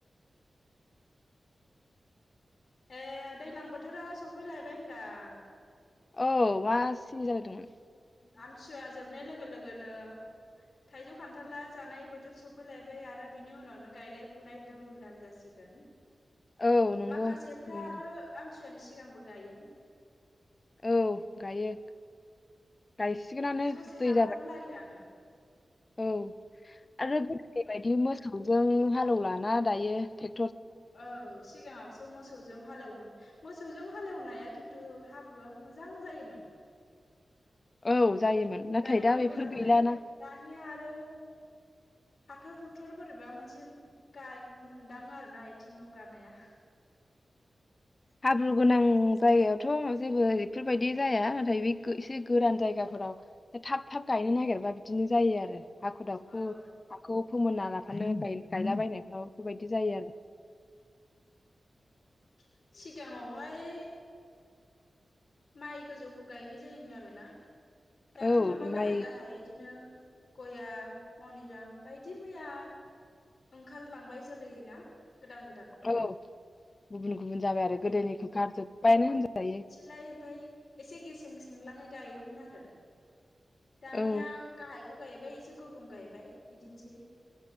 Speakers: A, on the left; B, on the left.
A: ए दैज्लां बोथोरा सफैलायबाय होनदां।
B: औ मा सिरि जालायदोंमोन?
A: आमथिसुवा जोबनाय लोगो लोगोनो थायजौ खान्थाला जानाय बोथोर सफैलायबाय आरो बिनि उनावनो गायनाय फुनाय दुम दाम जासिगोन।
B: औ नंगौ
A: माखासेफ्रा
B: नै
A: आरो आमथि फुजानि सिगांबो गायो।
B: औ गायो। गायसिगोनानो
A: ससे
B: दै
A: हाफ्राम
B: जाबाय
A: लायो आनो
B: औ आरो गोदोनि बायदि मोसौ जों हालौलाना दायो टे
A: औ सिगाङावसो मोसौजों हालेवो मोसौजों हालेवनाया खिन्थु हाब्रुआ मोजां जायोमोन।
B: औ जायोमोन नाथाय
A: गायनोबो
B: दा बेफोर
A: मोजां
B: गैलाना
A: जायोमोन दानिया आरो हाथर हुथुर बोरैबा मोनसे गाय मोनदाङो आरो ना आथिंयाव गानाया
B: हाब्रु गोनां जायगायावथ जेबो बेफोरबायदि जाया नाथाय बे एसे गोरान जायगाफोराव थाब थाब गायनो नागिरबा बिदिनो जायो आरो। हाखु दाखु
A: औ
B: हाखौ फोमोना लाबानो गायलाबायनायफ्राव बेबायदि जायो आरो।
A: सिगांआवहाय माइ गोजौखौ गायनाय जायोमोन आरोना दाथ
B: औ
A: माबा गाहाय-गाहाय
B: माइ
A: बिदिनो गया मनिराम बायदि मैया ओंखारलांबाय जोलै ना गोदान गोदान
B: औ गुबुन-गुबुन जाबाय आरो गोदोनिखौ गारजोबबायानो होनजायो।
A: लाय ओमफ्राय एसे गेसें सेंलाङै गायोमोन आरो। दानिया
B: औ
A: गाहाइ बेखौ गायबाय एसे गुबुं गायबाय बिदिनोसै